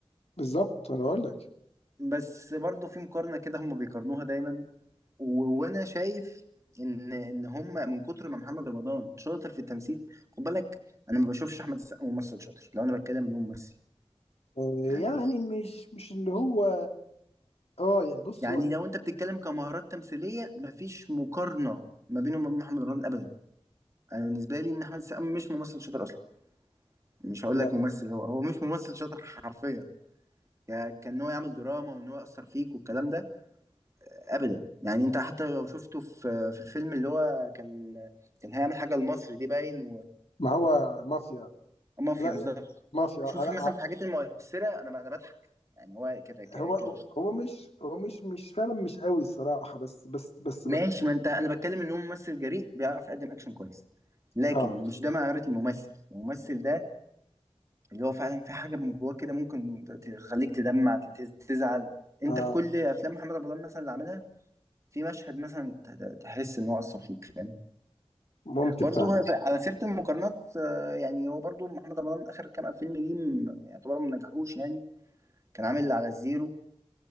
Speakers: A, on the left (about 70°); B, on the right (about 25°).
A: بالظبط انا بقول لك
B: بس برضو في مقارنه كده هم بيقارنوها دايما و... وانا شايف ان ان هم من كتر ما محمد رمضان شاطر في التمثيل خد بالك انا ما بشوفش احمد السقا ممثل شاطر لو انا بتكلم ان هو ممثل
A: آه، يعني
B: يعني
A: مش مش اللي هو اه يعني بص
B: يعني
A: هو
B: لو انت بتتكلم كمهارات تمثيليه مفيش مقارنه ما بينه وما بين محمد رمضان ابدا انا بالنسبه لي ان احمد السقا مش ممثل شاطر اصلا مش هقول
A: لا
B: لك ممثل هو هو مش ممثل شاطر حرفيا ك- كان هو يعمل دراما وان هو يأثر فيك والكلام ده ابدا يعني انت حتى لو شفته في في الفيلم اللي هو كان كان هيعمل حاجه لمصر دي باين
A: ما هو مافيا
B: ومافيا
A: لا
B: بالظبط
A: يعني مافيا آه،
B: شوف
A: لا
B: مثلا
A: آه،
B: في الحاجات المؤثره انا انا بضحك يعني هو كده
A: هو
B: كده
A: هو مش هو مش مش فعلا مش قوي الصراحة بس بس بس
B: ماشي ما انت انا بتكلم ان هو ممثل جريء بيعرف يقدم اكشن كويس لكن
A: اه
B: مش ده معيار الممثل الممثل ده اللي هو فعلا في حاجه من جواه كده ممكن تخليك تدمع تتز- تزعل انت
A: اه
B: في كل افلام محمد رمضان مثلا اللي عملها في مشهد مثلا ت- تحس ان هو اثر فيك فاهم
A: ممكن
B: برضه
A: فعلا
B: هو ف- على سيرة المقارنات آه، يعني هو برضه محمد رمضان آخر كام فيلم ليه م- يعتبر ما نجحوش يعني كان عامل اللي على الزيرو